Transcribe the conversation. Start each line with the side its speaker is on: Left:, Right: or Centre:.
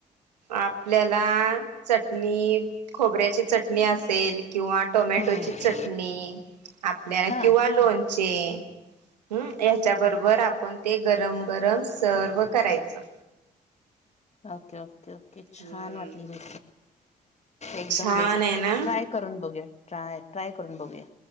Right: आपल्याला चटणी खोबऱ्याची चटणी असेल किंवा टोमॅटोची
Left: हम्म
Right: चटणी आपल्याला
Left: हा
Right: किंवा लोणचे हम्म ह्याच्या बरोबर आपण ते गरम गरम सर्व करायचं.
Left: ओके ओके ओके
Right: हम्म
Left: छान वाटली र एकदम
Right: छान
Left: बेस्ट
Right: आहे ना
Left: ट्राय करून बघूया ट्राय ट्राय करून बघूया.